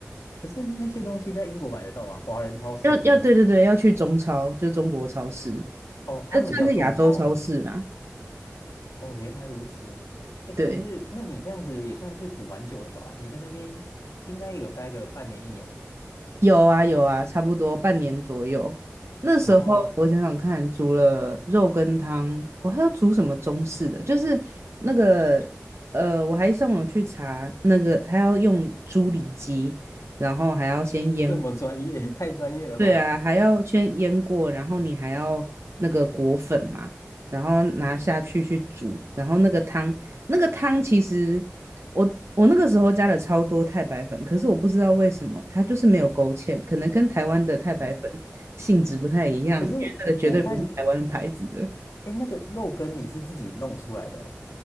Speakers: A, on the left; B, on the right.
A: 可是那些东西在英国买得到吗？华人超市
B: 要要对对对，要去中超，就中国超市，
A: 哦，他们叫中超哦。
B: 这算是亚洲超市啦。
A: 哦，原来如此。哎，
B: 对，
A: 可是那你这样子也算是煮蛮久了吧？你在那边应该有待个半年一年，
B: 有啊有啊，差不多半年左右。那时候我想想看，
A: 然后
B: 煮了肉羹汤，我还要煮什么中式的？就是那个呃，我还上网去查那个，他要用猪里脊，然后还要先腌
A: 这么专业，<laughs> 太专业了吧？
B: 对啊，还要先腌过，然后你还要那个裹粉嘛，然后拿下去去煮，然后那个汤，那个汤其实我我那个时候加了超多太白粉，可是我不知道为什么它就是没有勾芡，可能跟台湾的太白粉性质不太一样，
A: 哎，可是我看，
B: 因为那个绝对不是台湾牌子的。
A: 哎，那个肉羹你是自己弄出来的哦。